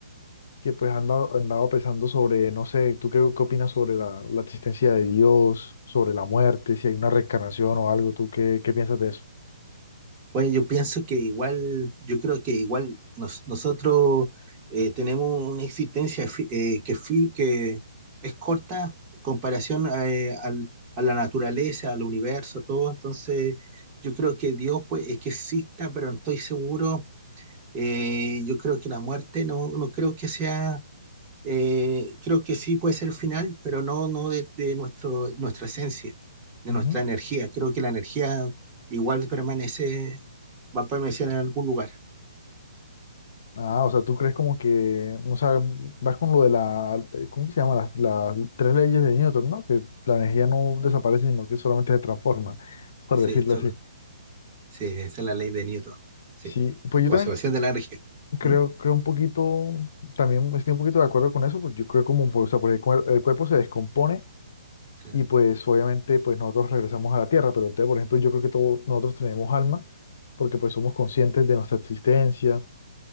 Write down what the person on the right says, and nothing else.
Bueno, yo pienso que igual, yo creo que igual nos- nosotros eh, tenemos una existencia fi- eh, que, fi- que es corta en comparación a, eh, al- a la naturaleza, al universo, todo. Entonces, yo creo que Dios pues, es que exista, pero no estoy seguro. Eh, yo creo que la muerte no, no creo que sea. Eh, creo que sí puede ser el final, pero no, no de, de nuestro, nuestra esencia, de
nuestra energía. Creo que la energía igual permanece, va a permanecer en algún lugar.
Sí,
solo,
sí, esa es la ley de Newton. Sí,
conservación
de la energía.
¿Mm?
Sí,